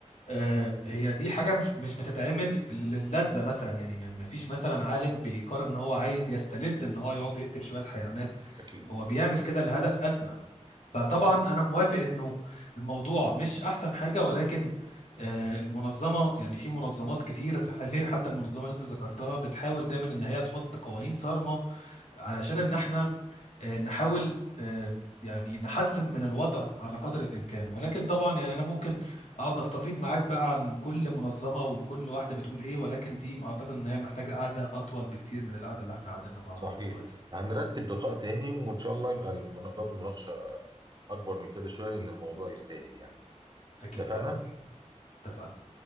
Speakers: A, on the left; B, on the right.
A: آه، هي دي حاجة مش مش بتتعمل للذة مثلا يعني ما ما فيش مثلا عالم بيقرر ان هو عايز يستلذ ان هو يقعد يقتل شوية حيوانات
B: اكيد
A: هو بيعمل كده لهدف أسمى فطبعا
B: اكيد
A: أنا موافق انه الموضوع مش أحسن حاجة ولكن آه، المنظمة يعني في منظمات كتير غير حتى المنظمة اللي انت ذكرتها بتحاول دايما ان هي تحط قوانين صارمة علشان ان احنا آه، نحاول آه، يعني نحسن من الوضع على قدر الامكان ولكن طبعا يعني انا ممكن اقعد استفيد معاك بقى عن كل منظمه وكل واحده بتقول ايه ولكن دي اعتقد ان هي محتاجه قعده اطول بكتير من القعده اللي احنا قاعدينها مع
B: صحيح
A: بعض دلوقتي
B: هنرتب لقاء تاني وإن شاء الله يبقى المنا- باب المناقشة أكبر من كده شوية لأن الموضوع يستاهل يعني
A: اكيد
B: اتفقنا؟
A: طبعا اتفقنا